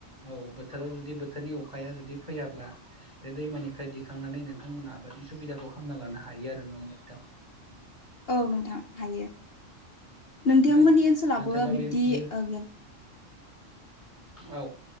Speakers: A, on the right; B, on the left.
A: औ बोथोराव जुदि बोथोरनि अखाया जुदि फैयाब्ला बे दैमानिफ्राय दिखांनानै नोंथांमोना आबादनि सुबिदाखौ खालामना लानो हायो आरो नङा होमबा नोंथां
B: औ नोंथां हायो नोंथांमोननि
A: ओ
B: ओनसोलावबो
A: नाथायबा बे
B: बिबदि
A: बे
B: ओ
A: औ